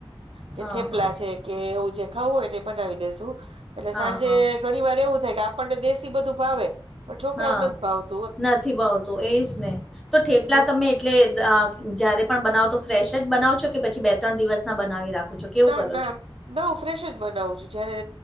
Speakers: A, on the right (about 80°); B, in the centre.
A: કે
B: હા
A: થેપલા
B: હા
A: છે કે એવું જે ખાવું હોય એને બનાવી દેસુ એટલે
B: હા
A: સાંજે
B: હા
A: ઘણી વાર એવું થાય કે આપણને દેશી બધું ભાવે પણ છોકરાને
B: હા
A: નથી ભાવતા
B: નથી ભાવતું એજ ને તો ઠેપલા
A: બે
B: તમે એટલે જ્યારે પણ બનાવો તો ફ્રેશ જ બનાવ છો કે પછી બે ત્રણ દિવસના બનાવી રાખો છો કેવું
A: ના
B: કરો
A: ના
B: છો
A: ના હું ફ્રેશ જ બનાવું છું જયારે